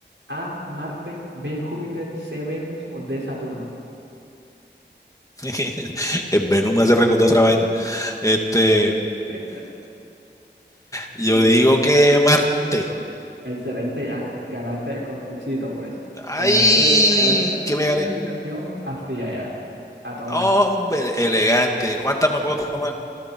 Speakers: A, on the right; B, on the left.
A: A, Marte, B, Júpiter, C, Venus o D, Saturno.
B: <laughs> El Venom me hace recordar otra vaina. Este,
A: <laughs>
B: yo
A: Dios
B: digo que Marte.
A: Excelente ya, ganaste el concursito pues.
B: Ay,
A: Te ganaste, te ganaste
B: que me
A: una
B: gané.
A: invitación a fría ya, a tomar
B: Hombre, elegante. ¿Cuántas me puedo tomar?